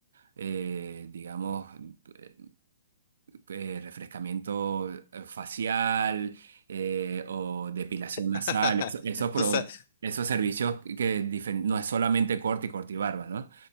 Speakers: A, on the right (about 75°); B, on the left (about 50°).
A: eh, digamos, eh, eh, refrescamiento eh, facial eh, o depilación nasal,
B: <laughs>
A: eso- esos, pro-
B: Tú sa- tú sabes,
A: esos servicios que difer- no es solamente corte y corte y barba, ¿no?